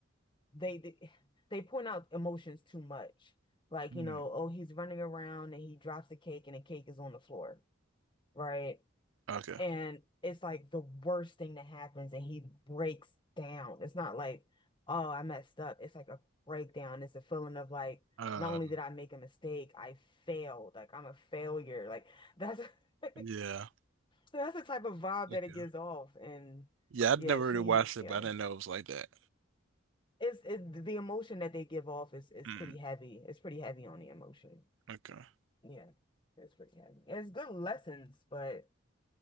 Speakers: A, on the left; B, on the right.
A: They they, they point out emotions too much. Like,
B: Mm.
A: you know, oh, he's running around and he drops the cake and the cake is on the floor, right?
B: Okay.
A: and it's like the worst thing that happens and he breaks down. It's not like, oh, I messed up. It's like a breakdown. It's a feeling of like,
B: Uh,
A: not only did I make a mistake, I failed. Like I'm a failure. Like that's <laughs>
B: yeah.
A: that's the type of vibe
B: Okay.
A: that it gives off. And
B: Yeah, I'd
A: yeah,
B: never
A: she
B: really watched it,
A: yeah.
B: but I didn't know it was like that.
A: It's it, the emotion that they give off is is
B: Mm,
A: pretty heavy. It's pretty heavy on the emotion.
B: okay.
A: Yeah. It's pretty heavy. It's good lessons, but